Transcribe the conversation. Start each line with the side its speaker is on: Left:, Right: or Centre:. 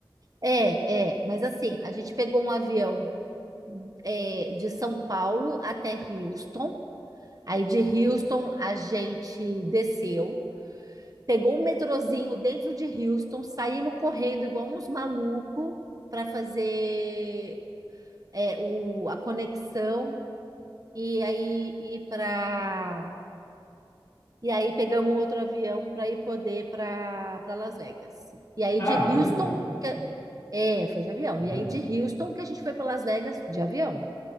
Right: é, é, mas assim, a gente pegou um avião é, de São Paulo até Houston, aí de Houston a gente desceu, pegou um metrozinho dentro de Houston, saímos correndo igual uns malucos para fazer é, o, a conexão e aí ir para E aí pegamos outro avião para ir poder para para Las Vegas. E aí
Left: Ah,
Right: de
Left: foi
Right: Houston,
Left: de avião.
Right: que- é, foi de avião.
Left: Uhum.
Right: E aí de Houston que a gente foi para Las Vegas de avião,